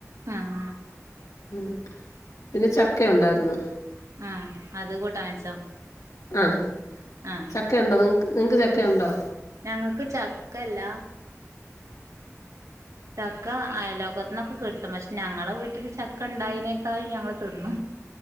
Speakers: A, on the right (about 75°); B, on the left (about 80°).
A: ആഹ്
B: ഉം പിന്നെ ചക്ക ഉണ്ടായിരുന്നു
A: ആ അത് കൂട്ടാൻ വച്ചോ
B: ആഹ്
A: ആഹ്
B: ചക്ക ഉണ്ടോ നിങ്ങക്ക് നിങ്ങൾക്ക് ചക്ക ഉണ്ടോ
A: ഞങ്ങക്ക് ചക്കല്ലാ ചക്ക അയിലോകത്താനൊക്കെ കിട്ടും പക്ഷേ ഞങ്ങളെ വീട്ടില് ചക്ക ഇണ്ടായിതിനേക്കായി ഞങ്ങള് തിന്നു